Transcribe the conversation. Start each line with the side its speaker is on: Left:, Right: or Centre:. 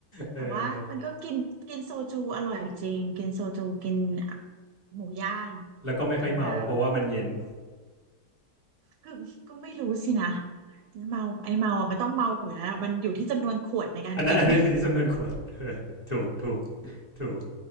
Left: เออ
Right: แต่ว่ามันก็กินกินโซจูอร่อยจริงกินโซจูกินหมูย่าง
Left: แล้วก็ไม่ค่อยเมาเพราะว่ามันเย็น
Right: ดีงาม
Left: <laughs>
Right: คือก็ไม่รู้สินะเมาไอเมาอ่ะมันต้องเมาอยู่แล้วมันอยู่ที่จำนวนขวดในการกิน
Left: อันนั้นอันนั้นอยู่ที่จำนวนขวด
Right: <laughs> ไง
Left: <laughs> เออถูกถูกถูก